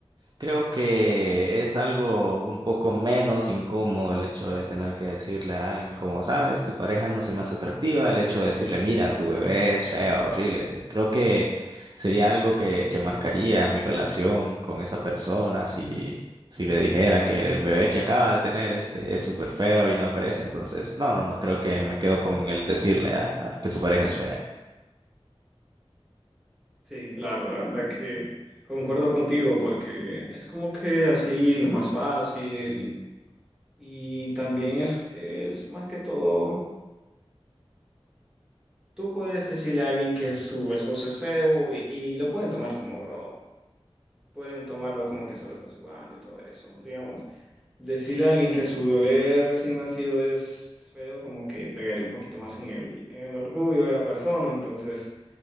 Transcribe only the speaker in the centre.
Sí, claro, la verdad que concuerdo contigo porque es como que así lo más fácil y también es, es más que todo Tú puedes decirle a alguien que su esposo es feo y, y lo pueden tomar como bro. Pueden tomarlo como que solo estás jugando y todo eso, digamos. Decirle a alguien que su bebé recién nacido es feo, como que pegaría un poquito más en el, en el orgullo de la persona. Entonces,